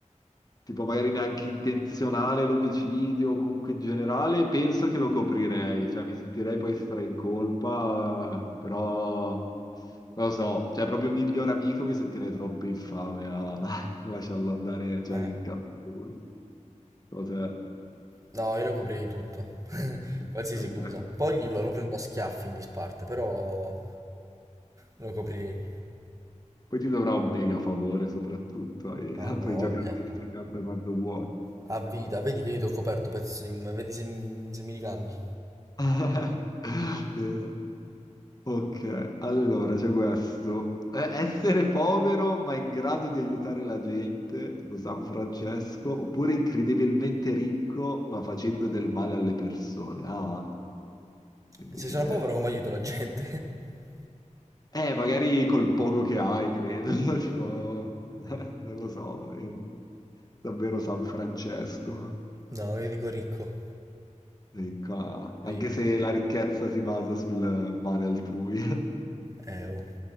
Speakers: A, on the left (about 30°); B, on the right (about 25°).
A: tipo, magari neanche intenzionale l'omicidio, o comunque in generale, penso che lo coprirei, cioè, mi sentirei poi stra in colpa, però... Non Lo so, cioè proprio miglior amico mi sentirei troppo infame a <laughs> lasciarlo andare, cioè
B: eh.
A: in cazzo lui. So te-
B: No, io lo coprirei tutto. <laughs>
A: <laughs>
B: Qualsiasi cosa. Poi glielo- lo prendo a schiaffi in disparte, però lo coprirei.
A: Poi ti dovrà un mega favore soprattutto, e <laughs>
B: Ah, voglia.
A: puoi giocarti questa carta quando vuoi.
B: A vita, vedi che io ti ho coperto, pezzo di... m- Vedi se, m- se mi ricambi.
A: <laughs> Eh, Ok, allora c'è questo. Eh, essere povero ma in grado di aiutare la gente, tipo San Francesco, oppure incredibilmente ricco ma facendo del male alle persone. Ah, quindi
B: Se
A: che...
B: sono povero, come aiuto la gente? <laughs>
A: Eh, magari col poco che hai, credo, <laughs> tipo... eh, non lo so, eh, davvero San Francesco.
B: No, io dico ricco.
A: Sì, qua-
B: Ricco.
A: Anche se la ricchezza si basa sul male altrui. <laughs>
B: Eh, oh.